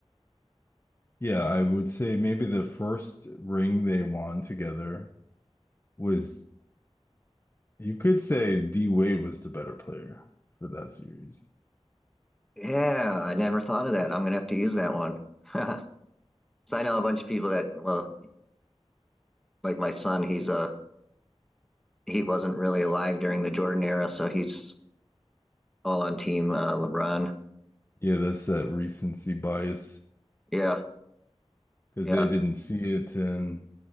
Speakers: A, on the left; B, in the centre.
A: Yeah, I would say maybe the first ring they won together was, you could say D Wade was the better player for that series.
B: Yeah, I never thought of that. I'm gonna have to use that one. <laughs> So I know a bunch of people that, well, like my son, he's uh he wasn't really alive during the Jordan era, so he's all on team uh, LeBron.
A: Yeah, that's that recency bias
B: Yeah,
A: because
B: yeah,
A: they didn't see it. And